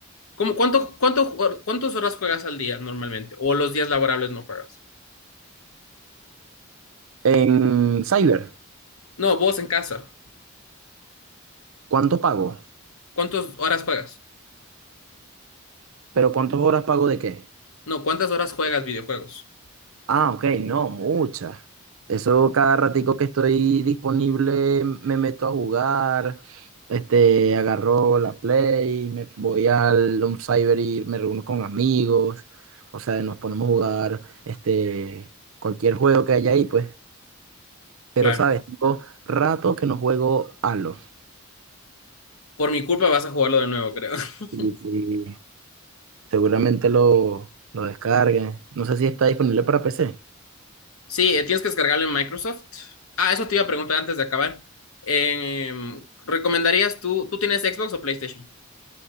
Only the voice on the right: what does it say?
En cyber,
¿cuánto pago?
¿Pero cuántas horas pago de qué?
Ah, ok, no, muchas. Eso cada ratico que estoy disponible me meto a jugar, este, agarro la Play, me voy al un cyber y me reúno con amigos, o sea, nos ponemos a jugar este, cualquier juego que haya ahí, pues. Pero,
¿sabes? Tengo rato que no juego Halo.
Y, y seguramente lo, lo descargue. No sé si está disponible para PC.